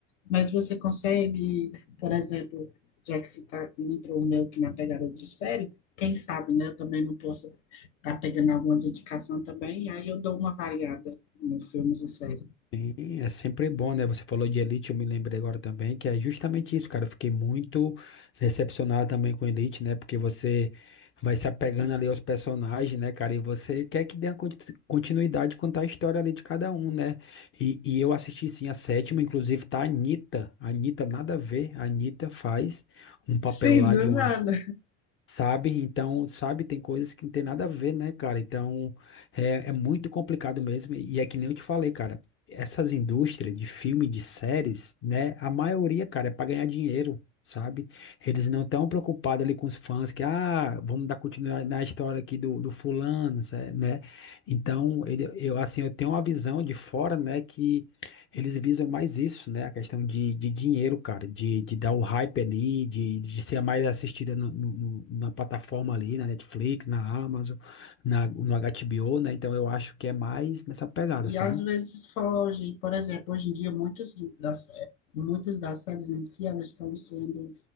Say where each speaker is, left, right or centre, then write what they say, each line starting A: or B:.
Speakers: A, on the left (about 80°); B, on the left (about 35°).
A: Mas você consegue, por exemplo, já que você tá, entrou meio que na pegada de série, quem sabe, né? Eu também não posso estar tá pegando algumas indicações também, aí eu dou uma variada nos filmes e séries.
B: Sim, é sempre bom, né? Você falou de Elite, eu me lembrei agora também, que é justamente isso, cara. Eu fiquei muito decepcionado também com Elite, né? Porque você vai se apegando ali aos personagens, né, cara? E você quer que dê a conti- continuidade, contar a história ali de cada um, né? E, e eu assisti sim a sétima, inclusive tá a Anitta. A Anitta, nada a ver. A Anitta faz um papel
A: Sim,
B: lá
A: do
B: de
A: nada.
B: uma. Sabe? Então, sabe, tem coisas que não tem nada a ver, né, cara? Então, é, é muito complicado mesmo. E é que nem eu te falei, cara, essas indústrias de filme, de séries, né? A maioria, cara, é para ganhar dinheiro, sabe? Eles não estão preocupados ali com os fãs que, ah, vamos dar continuidade na história aqui do, do fulano, cé- né? Então, ele, eu, assim, eu tenho uma visão de fora, né, que. Eles visam mais isso, né? A questão de, de dinheiro, cara, de, de dar o hype ali, de, de ser a mais assistida no, no- no- na plataforma ali, na Netflix, na Amazon, na, no HBO, né? Então eu acho que é mais nessa pegada,
A: E
B: sabe?
A: às vezes foge. Por exemplo, hoje em dia, muitos do- das, muitas das séries em si, elas estão sendo